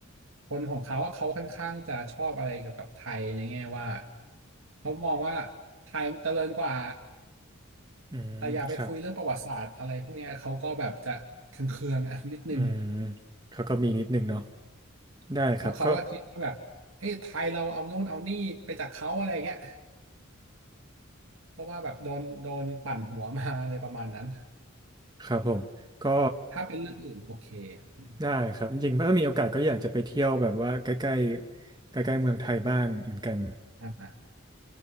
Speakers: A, on the right (about 75°); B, on the right (about 20°).
A: คนของเขาอะเขาค่อนข้างจะชอบอะไรเกี่ยวกับไทยในแง่ว่าเขามองว่าไทยมันเจริญกว่า
B: อืมครับ
A: แต่อย่าไปคุยเรื่องประวัติศาสตร์อะไรพวกเนี้ยเขาก็แบบจะเคืองๆอะนิดนึง
B: อืมเขาก็มีนิดหนึ่งเนาะได้ครับก็
A: แล้วเขาก็คิดว่าแบบเอ้ยไทยเราเอาโน่นเอานี่ไปจากเขาอะไรเงี้ยเพราะว่าแบบโดนโดนปั่นหัวมาอะไรประมาณนั้น
B: ครับผมก็
A: ถ้าเป็นเรื่องอื่นโอเคอืม
B: ได้ครับจริงๆถ้ามีโอกาสก็อยากจะไปเที่ยวแบบว่าใกล้ๆใกล้ๆเมืองไทยบ้างเหมือนกัน
A: อ่า